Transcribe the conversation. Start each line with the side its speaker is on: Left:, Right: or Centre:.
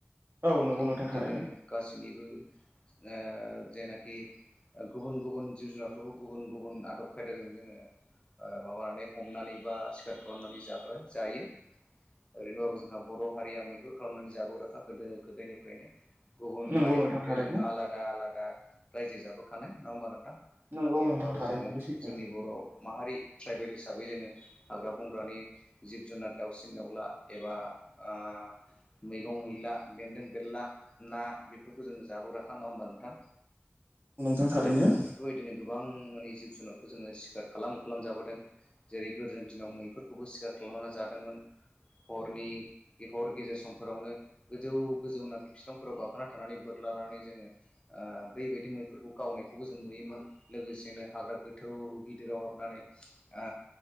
Right: औ नंगौ
Left: थिग
Right: नोंथां
Left: बिदिनो
Right: थारैनो
Left: गासैनिबो ओ जायनाखि गुबुन गुबुन जिब जुनारफोरखौ गुबुन गुबुन आदब खायदाजों जोङो ओ माबानानै हमनानै बा सिखार खालामनानै जाग्रा जायो ओरैनोबाबो जोंहा बर' हारिया मैहुर खालामनानै जाबोग्राखा गोदो गोदायनिफ्रायनो गुबुन
Right: नंगौ
Left: हारिफोरनिफ्राय
Right: नोंथां थारैनो
Left: जों आलादा आलादा रायजो जाबोखानाय नङा होमबा नोंथां ओरैनोबाबो
Right: नंगौ नोंथां थारैनो
Left: जोङो
Right: बे सैथो
Left: जोंनि बर' माहारि ट्राइबेल हिसाबै जोङो हाग्रा बंग्रानि जिब जुनार दाउसिन दाउला एबा ओ मैगं मैला, बेन्दों बेरला, ना बेफोरखौ जोङो जाबोग्राखा नङा होमबा नोंथां
Right: नोंथां थारैनो
Left: जेरै जों बेफोरबायदिनो गोबां माने जिब जुनारखौ जोङो सिखार खालाम खालाम जाबोदों जेरै गोदोनि दिनाव मैफोरखौबो सिखार खालामनानै जा दोंमोन हरनि बे हर गेजेर समफोरावनो गोजौ गोजौनाखि बिफांफोराव गाखोना थानानै बोर लानानै जोङो ओ बै बायदि मैफोरखौ गावनायखौबो जों नुयोमोन लोगोसेनो हाग्रा गोथौ गिदिराव हाबनानै आ